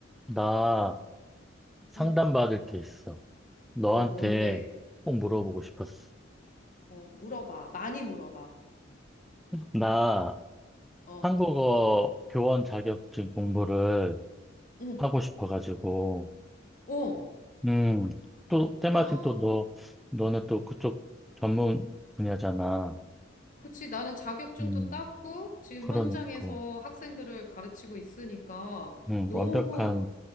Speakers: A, in the centre; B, on the left (about 45°).
A: 나 상담받을
B: 응.
A: 게 있어. 너한테
B: 어, 뭔데?
A: 꼭 물어보고 싶었어.
B: 어, 물어봐. 많이 물어봐.
A: 나
B: 어,
A: 한국어 교원 자격증 공부를
B: 응,
A: 하고 싶어가지고,
B: 어.
A: 음, 또, 때마침
B: <gasps> 아,
A: 또 너, 너는 또 그쪽 전문 분야잖아.
B: 그치. 나는 자격증도
A: 음,
B: 땄고, 지금
A: 그러니까,
B: 현장에서 학생들을 가르치고 있으니까,
A: 음,
B: 너무,
A: 완벽한,